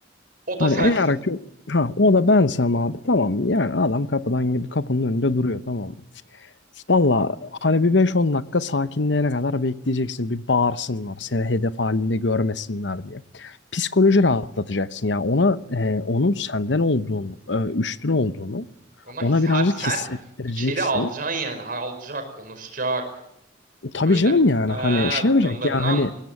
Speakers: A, on the right (about 50°); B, on the left (about 65°).
A: O da
B: Hani
A: sensin.
B: eğer ki ha o da bensem abi tamam yani adam kapıdan gidip kapının önünde duruyor tamam mı? Valla hani bir beş on dakika sakinleyene kadar bekleyeceksin. Bir bağırsınlar seni hedef halinde görmesinler diye. Psikoloji rahatlatacaksın ya ona e, onun senden olduğunu, e, üstün olduğunu
A: Ona
B: ona
A: his
B: birazcık
A: ha, sen
B: hissettireceksin.
A: içeri alacaksın yani. Alacak, konuşacak.
B: Tabii
A: Öyle.
B: canım yani
A: Ha,
B: hani şey
A: planlarından.
B: yapacak ya hani